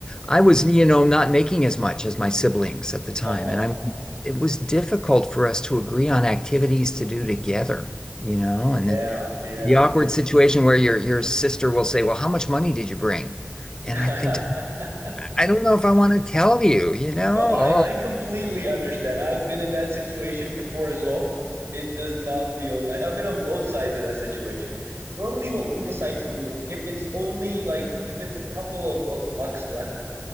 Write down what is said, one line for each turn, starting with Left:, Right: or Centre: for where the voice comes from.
Left: I was, you know, not making as much as my siblings at the time,
Right: Uh-huh.
Left: and I mean, it was difficult for us to agree on activities to do together, you know, and
Right: Yeah, yeah.
Left: the awkward situation where your your sister will say, "Well, how much money did you bring?" And
Right: <laughs>
Left: I think to, I don't know if I want to tell you, you know?
Right: No, I, I completely understand. I've been in that situation before as well. It does not feel nice. I've been on both sides of that situation. Normally, what we decide to do is if it's only like if it's a couple of bu bucks left,